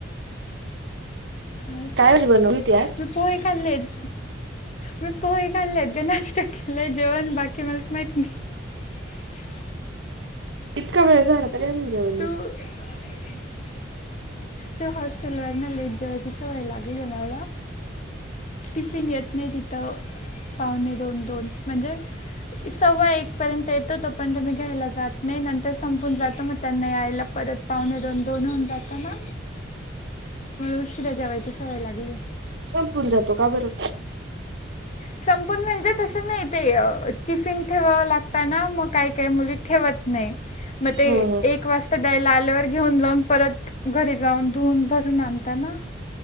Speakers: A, on the left; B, on the right.
A: आ
B: काय
A: तो
B: भाजी बनवली होती आज
A: मी पोहे खाल्लेत. मी पोही खाल्लेत ग नाष्टा केलंय जेवण बाकी मला माहित नाही. अच्छा.
B: इतका वेळ झाला तरी अजून जेवला नाही.
A: <unintelligible> ते हॉस्टेलवरन लेट जेवायची सवय लागली आहे मला टिफिन येत नाही तिथं पाहुणे दोन दोन म्हणजे सव्वा एकपर्यंत येतो तोपर्यंत मी घ्यायला जातो. नाही नंतर संपून जातो मग त्यांना यायला परत पावणे दन दोन होऊन जाताना उशिरा जेवायची सवय लागली.
B: संपून जातो का बरं.
A: संपून म्हणजे तसं नाही ते टीफिन ठेवाव लागतना मग. काय काय मुली ठेवत नाही मग ते
B: हा
A: एक
B: हा
A: एक वाजता द्यायला आल्यावर घेऊन जाऊन परत घरी जाऊन धुऊन भरून आणताना.